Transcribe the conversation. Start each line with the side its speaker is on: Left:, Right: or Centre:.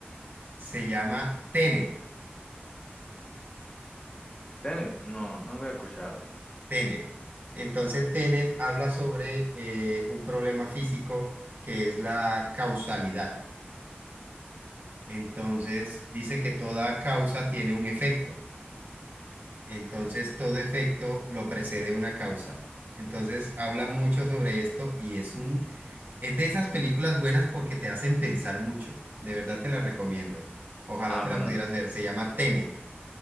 Right: Se llama Tenet,
Left: Tenet, no, no había escuchado.
Right: Tenet. Entonces Tenet habla sobre eh, un problema físico que es la causalidad. Entonces dice que toda causa tiene un efecto. Entonces, todo efecto lo precede una causa. Entonces, habla mucho sobre esto y es un, es de esas películas buenas porque te hacen pensar mucho. De verdad
Left: Sí,
Right: te
Left: sí,
Right: la recomiendo.
Left: sí.
Right: Ojalá
Left: Ah,
Right: te
Left: bueno,
Right: la pudieras ver. Se llama Tenet.